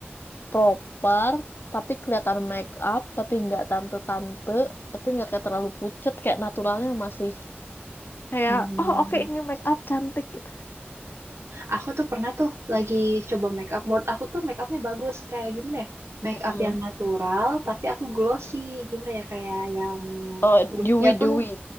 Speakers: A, on the left (about 55°); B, on the right (about 85°).
A: proper tapi kelihatan make up tapi nggak tante-tante tapi nggak kayak terlalu pucet kayak naturalnya masih kayak
B: Hmm,
A: oh oke ini make up cantik gitu
B: aku tuh pernah tuh lagi coba make up. Menurut aku tuh make upnya bagus. Kayak gimana ya? Make
A: Mm-mm.
B: up yang natural, tapi aku glossy. Gimana ya? Kayak yang
A: oh
B: looknya
A: dewy
B: tuh.
A: dewy